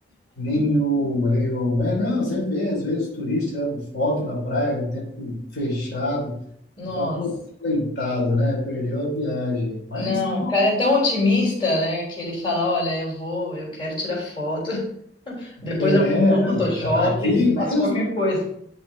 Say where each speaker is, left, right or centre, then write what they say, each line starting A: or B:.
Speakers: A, on the left; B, on the left.
A: Nenhum, nenhum. É, não, você vê, às vezes, turista tirando foto na praia, um tempo fechado,
B: Nossa,
A: e fala, pô, coitado, né? Perdeu a viagem. Mas
B: não,
A: tá bom.
B: o cara é tão otimista, né, que ele fala, olha, eu vou, eu quero tirar foto, <laughs> depois
A: É,
B: eu arrumo no
A: não,
B: Photoshop,
A: já tá aqui
B: <laughs>
A: mesmo?
B: faço qualquer coisa.